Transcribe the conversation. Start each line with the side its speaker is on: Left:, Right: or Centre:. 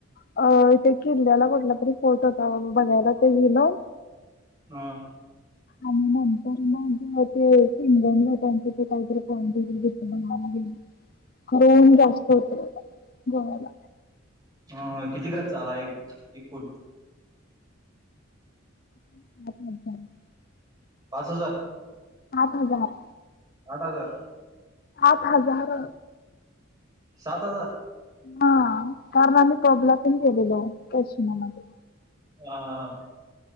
Left: अ, इथे किल्ल्याला कुठला तरी फोर्ट होता वग, बघायला ते गेलो.
Right: हां
Left: आणि नंतर मंग ते पिंगमला त्यांचे ते काहीतरी <unintelligible> बनवाया गेले. कडून जास्त होतं. गव्हाला
Right: हं, किती खर्च आला एक एकूण?
Left: <unintelligible>
Right: पाच हजार?
Left: आठ हजार.
Right: आठ हजार?
Left: आठ हजार.
Right: सात हजार?
Left: हा कारण आम्ही पबलातून गेलेलो. स्टेशना मध्ये.
Right: हा हा हा..